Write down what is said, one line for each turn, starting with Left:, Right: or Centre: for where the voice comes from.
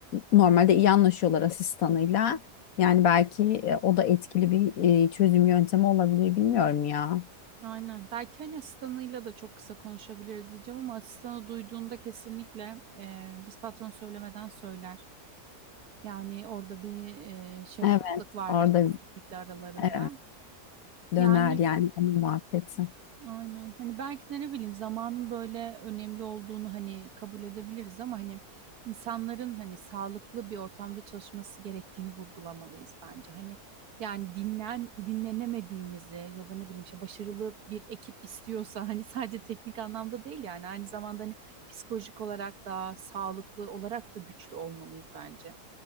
Left: normalde iyi anlaşıyorlar asistanıyla. Yani belki e, o da etkili bir e, çözüm yöntemi olabilir bilmiyorum ya.
Right: Aynen. Belki hani asistanıyla da çok kısa konuşabiliriz diyeceğim ama asistanı duyduğunda kesinlikle e, biz patron söylemeden söyler. Yani orada bir e, şeffaflık
Left: Evet.
Right: vardır
Left: Orada
Right: kesinlikle aralarında.
Left: e, döner
Right: Yani
Left: yani onun muhabbeti.
Right: Aynen. Hani belki de ne bileyim zamanın böyle önemli olduğunu hani kabul edebiliriz ama hani insanların hani sağlıklı bir ortamda çalışması gerektiğini vurgulamalıyız bence. Hani yani dinlen dinlenemediğimizi ya da ne bileyim işte başarılı bir ekip istiyorsa hani sadece teknik anlamda değil yani aynı zamanda hani psikolojik olarak da sağlıklı olarak da güçlü olmalıyız bence.